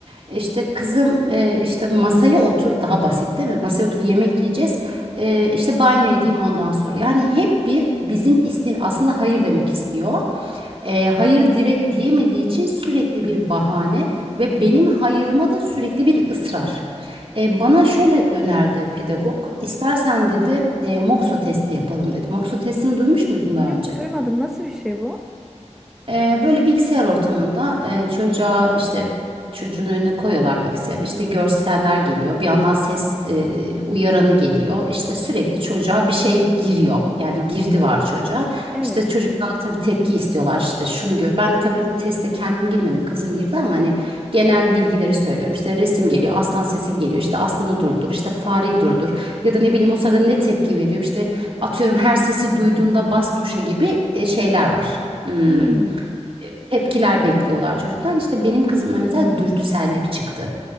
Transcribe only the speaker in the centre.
Yok
duymadım. Nasıl bir şey bu?
Evet.
Hmm.